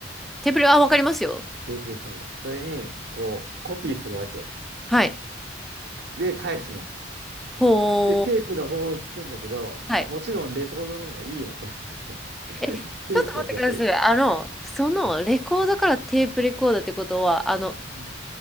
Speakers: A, in the centre; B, on the right (about 65°).
A: テーブル、あ、わかりますよ。
B: テープレコーダー。それに、こう、コピーするわけ。
A: はい。
B: で、返すの。
A: ほー。
B: で、テープの方を聞くんだけど、
A: はい。
B: もちろんレコードの方がいい音なんで <laughs>
A: え、ちょっと待ってください。
B: テープだとやっぱり、
A: あの、そのレコーダーからテープレコーダーってことは、
B: うん、
A: あの、
B: うん。